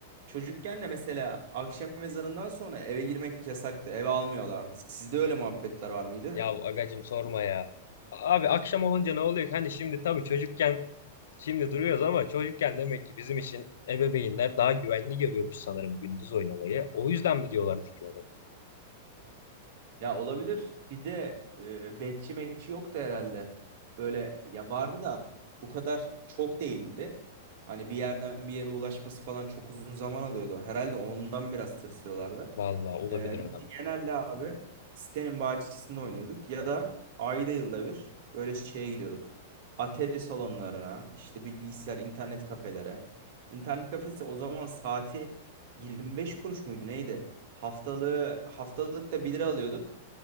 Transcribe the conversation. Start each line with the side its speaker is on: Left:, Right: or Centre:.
Right: çocukken de mesela akşam ezanından sonra eve girmek yasaktı. Eve almıyorlardı. Sizde öyle muhabbetler var mıydı?
Left: Ya agacım sorma ya. Abi akşam olunca ne oluyor ki? Hani şimdi tabii çocukken Şimdi duruyoruz ama çocukken demek ki bizim için ebeveynler daha güvenli görüyormuş sanırım gündüz oynamayı. O yüzden mi diyorlardı ki ona?
Right: Ya olabilir. Bir de e, bekçi mekçi yoktu herhalde. Böyle ya vardı da bu kadar çok değildi. Hani bir yerden bir yere ulaşması falan çok uzun zaman alıyordu. Herhalde ondan biraz tırsıyorlardı.
Left: Vallahi olabilir
Right: E, biz
Left: adam.
Right: de genelde abi sitenin bahçesinde oynuyorduk. Ya da ayda yılda bir böyle şeye gidiyorduk. Atari salonlarına, işte bilgisayar, internet kafelere. İnternet kafesi o zaman saati 25 kuruş muydu neydi? Haftalığı haftalık da 1 lira alıyorduk.